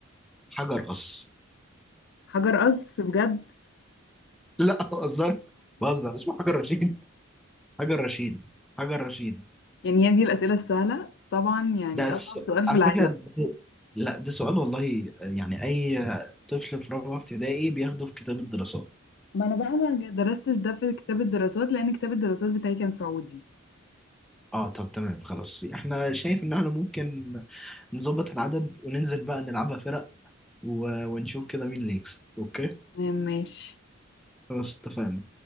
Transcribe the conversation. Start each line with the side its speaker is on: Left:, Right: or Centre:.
Centre: حجر قص
Left: حجر قص بجد
Centre: <laughs> لا بهزر بهزر اسمه حجر رشيد حجر رشيد حجر رشيد
Left: يعني هي دي الأسئلة السهلة طبعا يعني
Centre: ده س...
Left: أصعب سؤال
Centre: على
Left: في العالم
Centre: فكرة ده... لا ده سؤال والله يعني أي طفل في رابعة ابتدائي بياخده في كتاب الدراسات
Left: ما انا بقى ما درستش ده في كتاب الدراسات لان كتاب الدراسات بتاعي كان سعودي
Centre: اه طب تمام خلاص احنا شايف ان احنا ممكن نظبط العدد وننزل بقى نلعبها فرق و... ونشوف كده مين اللي يكسب اوكي
Left: ماشي
Centre: خلاص اتفقنا